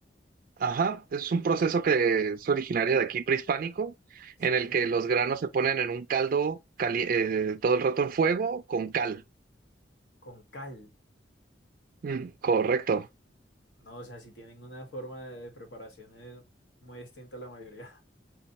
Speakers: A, on the right; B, on the left.
A: Ajá, es un proceso que es originario de aquí, prehispánico,
B: sí,
A: en el que los granos se ponen en un caldo cali- eh, todo el rato en fuego con cal.
B: con cal.
A: Mm, correcto.
B: No, o sea, si tienen una forma de preparación eh, muy distinta a la mayoría. <laughs>